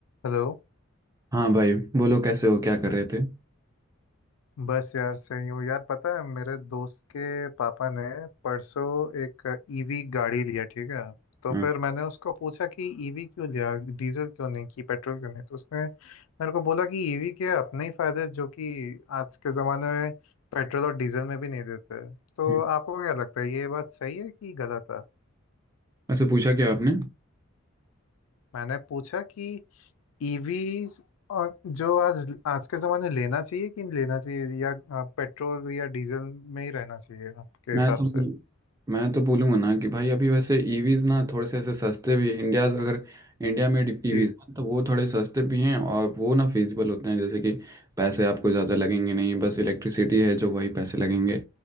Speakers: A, on the left; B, on the right.
A: Hello
B: हाँ भाई बोलो कैसे हो क्या कर रहे थे
A: बस यार सही हूँ यार पता है मेरे दोस्त के पापा ने परसों एक ईवी गाड़ी लिया ठीक है तो
B: हाँ
A: फिर मैंने उसको पूछा कि ईवी क्यों लिया डीजल क्यों नहीं कि पेट्रोल क्यों नहीं तो उसने मेरे को बोला कि ईवी के अपने ही फायदे हैं, जो कि आज के ज़माने में पेट्रोल और डीजल में भी नहीं देते तो
B: हम्म,
A: आपको क्या लगता है ये बात सही है कि गलत है
B: वैसे पूछा क्या आपने
A: मैंने पूछा कि ईवी और जो आज आज के जमाने लेना चाहिए कि लेना चाहिए या अ, पेट्रोल या डीजल में ही रहना चाहिए आपके हिसाब
B: मैं तो बोल-
A: से
B: मैं तो बोलूँगा ना कि भाई अभी वैसे ईवीज ना थोड़े से ऐसे सस्ते भी इंडिया अगर इंडिया में ईवीज
A: जी
B: ना तो वो थोड़े सस्ते भी हैं और वो ना फिजिबल होते हैं जैसे कि पैसे आपको ज़्यादा लगेंगे नहीं बस इलेक्ट्रिसिटी है जो वही पैसे लगेंगे